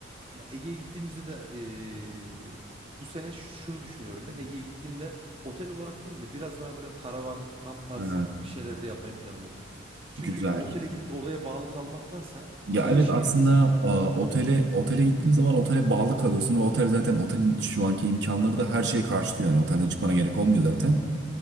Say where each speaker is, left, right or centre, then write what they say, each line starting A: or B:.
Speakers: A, on the right (about 30°); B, on the right (about 65°).
A: Ya Ege'ye gittiğimizde de eee, bu sene şunu düşünüyorum ben. Ege'ye gittiğimde otel olarak değil de biraz daha böyle karavan, kamp tarzı
B: Ha,
A: bir şeyler yapmayı planlıyorum. Çünkü
B: güzel.
A: otele gidip de oraya bağlı kalmaktansa
B: Ya
A: şehir
B: evet
A: şehir
B: aslında
A: gezip
B: a, otele otele gittiğin zaman otele bağlı kalıyorsun ve otel zaten otelin şu anki imkanları da her şeye karşılıyor yani otelden çıkmana gerek olmuyor zaten.